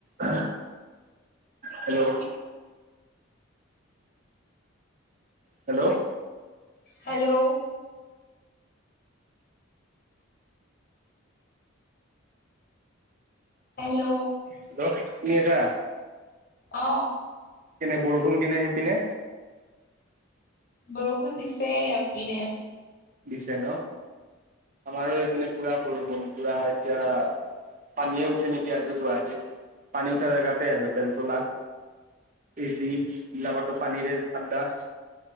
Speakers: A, on the right (about 40°); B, on the left (about 45°).
A: অহ hello. Hello.
B: Hello. Hello.
A: Hello শুনি আছা?
B: অ।
A: কেনে বৰষুণ কেনে সেইপিনে?
B: বৰষুণ দিছে ইপিনে।
A: দিছে ন, আমাৰো এইপনে পুৰা বৰষুণ পুৰা এতিয়া পানীয়েে উঠি নেকি আছো গুৱাহাটীত, পানী উঠা জেগাতে আছো বেলতলা। এজি এইবিলাকতটো পানীৰে আদ্ডা।